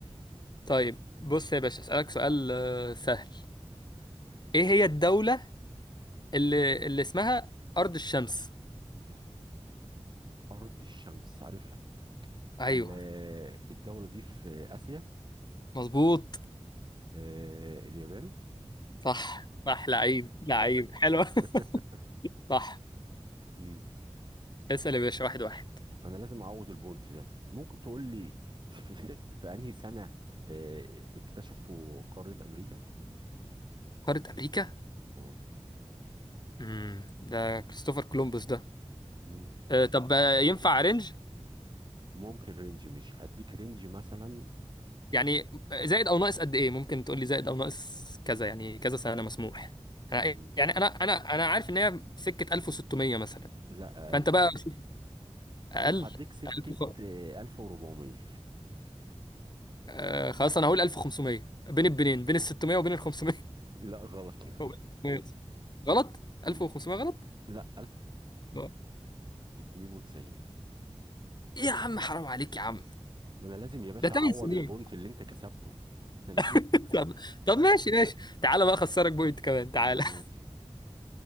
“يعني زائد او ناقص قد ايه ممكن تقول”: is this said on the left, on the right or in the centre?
Left